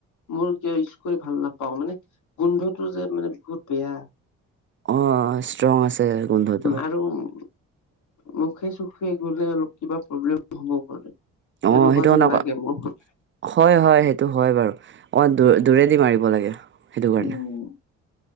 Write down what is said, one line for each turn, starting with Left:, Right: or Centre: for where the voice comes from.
Left: মোৰ কিয় ইউজ কৰি ভাল নাপাও, মানে গোন্ধটো যে মানে বহুত বেয়া।
Right: অ ষ্ট্ৰং আছে গোন্ধটো।
Left: আৰু উম মুখে চখে গ'লে অলপ কিবা প্ৰব্লেম হ'ব পাৰে। তেনেকুৱা
Right: অ', সেইটো
Left: যেন
Right: মানে অক-
Left: লাগে মোৰ।
Right: হয় হয় সেইটো হয় বাৰু, অ দ দূৰেদি মাৰিব লাগে সেইটো কাৰণে।
Left: উম,